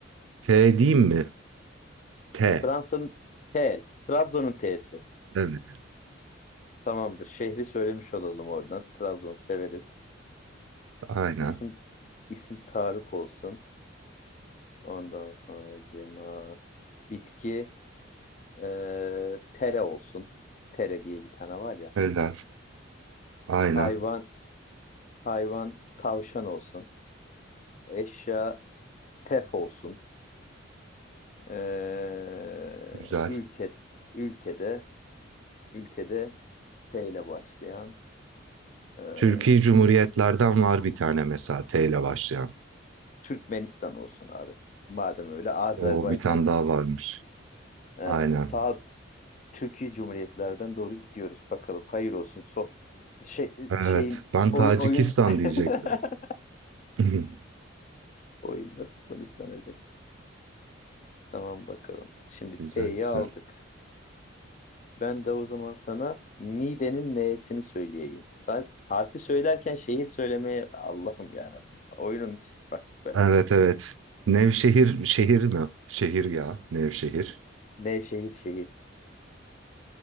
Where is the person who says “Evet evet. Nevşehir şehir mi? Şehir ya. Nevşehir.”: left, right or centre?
Right